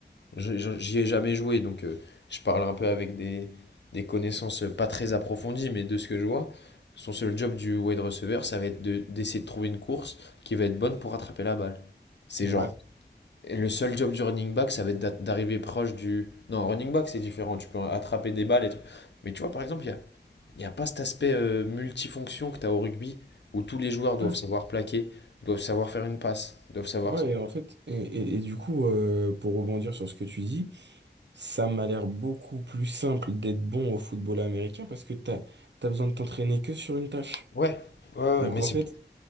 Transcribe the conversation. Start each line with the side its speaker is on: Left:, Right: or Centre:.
Left: j'y ai jamais joué, donc euh, je parle un peu avec des, des connaissances pas très approfondies, mais de ce que je vois, son seul job du wide receiver, ça va être de- d'essayer de trouver une course qui va être bonne pour rattraper la balle. C'est
Right: Ouais.
Left: genre. Et le seul job du running back, ça va être d'arriver proche du. Non, running back, c'est différent. Tu peux attraper des balles et tout. Mais tu vois, par exemple, il y a il n'y a pas cet aspect euh, multifonction que tu as au rugby, où tous les joueurs doivent
Right: Ouais.
Left: savoir plaquer, doivent savoir faire une passe, doivent savoir...
Right: Ouais, et en fait, et, et- et du coup, euh, pour rebondir sur ce que tu dis, ça m'a l'air beaucoup plus simple d'être bon au football américain parce que t'as, t'as besoin de t'entraîner que sur une tâche.
Left: Ouais, ouais,
Right: Donc
Left: ouais, mais
Right: en
Left: c'est.
Right: fait,